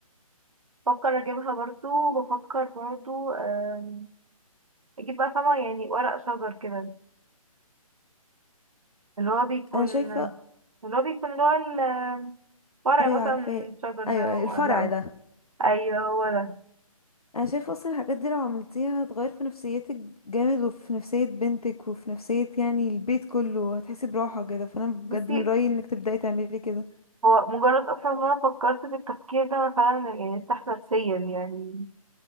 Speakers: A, on the right; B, on the left.
A: بفكر اجيبها برضو بفكر برضو آم، اجيب بقى فاهمة يعني ورق شجر كده اللي هو بيكون
B: انا شايفة
A: اللي هو بيكون اللي هو ال- فرع
B: ايوه
A: مثلا
B: عارفاه
A: الشجر
B: ايوه
A: ده
B: أيوة،
A: ولا
B: الفرع
A: لأ؟
B: ده
A: ايوه هو ده
B: انا شايفه اصلا الحاجات دي لو عملتيها هتغير في نفسيتك جامد وفي نفسيه بنتك وفي نفسيه يعني البيت كله هتحسي براحه كده فانا بجد
A: بصي
B: من رايي انك تبداي تعملي كده
A: هو مجرد اصلا ان انا فكرت في التفكير ده انا فعلا يعني ارتحت نفسيا يعني